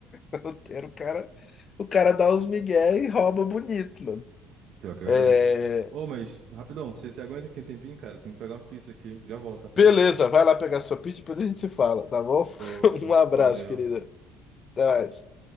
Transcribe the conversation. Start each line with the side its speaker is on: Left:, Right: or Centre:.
Left: Roteiro, o cara, o cara dá uns migué e rouba bonito, mano.
Right: Pior que é verdade.
Left: É,
Right: Ô, mas, rapidão, você, você aguenta aqui um tempinho, cara? Tem que pegar uma pizza aqui. Já volto, rapidão.
Left: beleza, vai lá pegar sua pizza e depois a gente se fala, tá bom?
Right: Show,
Left: <laughs>
Right: show.
Left: Um abraço,
Right: Valeu.
Left: querida. Até mais.